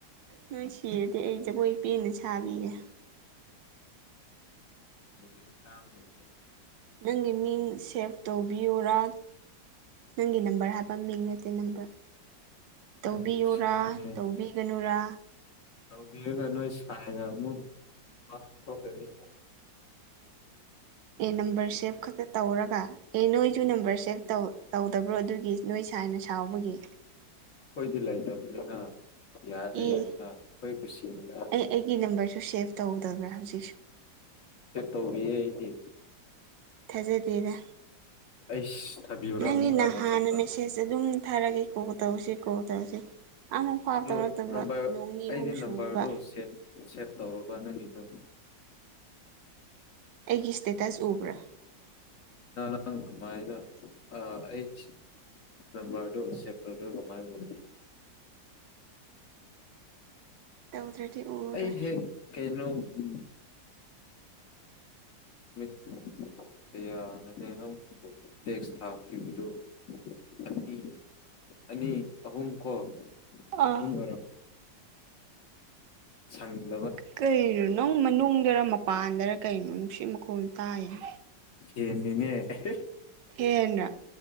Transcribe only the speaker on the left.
<unintelligible>
ꯅꯪꯒꯤ
ꯀꯨꯁꯤꯅꯤꯅꯦ
ꯇꯧꯕꯤꯔꯒ ꯅꯣꯏ ꯁꯥꯏꯒ ꯑꯃꯨꯛ ꯋꯥ ꯊꯣꯛꯂꯅꯤ
ꯑꯩꯈꯣꯏꯗꯤ ꯂꯩꯇꯕꯅꯤꯅ ꯏꯌꯥꯗ
ꯌꯥꯏꯗ ꯑꯩꯈꯣꯏ ꯀꯨꯁꯤꯅꯤꯅ
ꯁꯦꯞ ꯇꯧꯕꯤꯌꯦ ꯑꯩꯗꯤ
ꯑꯩꯁ ꯊꯥꯕꯤꯌꯨꯔꯥ
ꯑꯃꯨꯛꯀ
ꯋꯥꯆꯦꯞꯇ
ꯑꯗꯨ
ꯅꯝꯕꯔ
ꯑꯩꯗꯤ
ꯅꯝꯕꯔꯗꯨ ꯁꯦꯞ ꯁꯦꯞ ꯇꯧꯔꯕ ꯅꯪꯒꯤꯗꯣ
ꯑꯥ ꯀꯃꯥꯏꯅ ꯑꯥ ꯑꯩ ꯁꯤ ꯅꯝꯕꯔ ꯗꯣ ꯁꯦꯞ ꯇꯧꯗ꯭ꯔ ꯀꯃꯥꯏꯅ ꯎꯅꯤ
ꯑꯩꯖꯦ ꯀꯩꯅꯣ ꯎꯝ ꯃꯤꯠ ꯀꯌꯥꯔꯅꯦ <unintelligible> ꯇꯦꯛꯁ ꯊꯥꯈꯤꯕꯗꯨ ꯑꯅꯤ ꯑꯅꯤ ꯑꯍꯨꯝ ꯀꯣ
ꯑꯍꯨꯝ ꯑꯣꯏꯔ ꯁꯪ
ꯐꯦꯟꯅꯤꯅꯦ ꯑꯍꯦ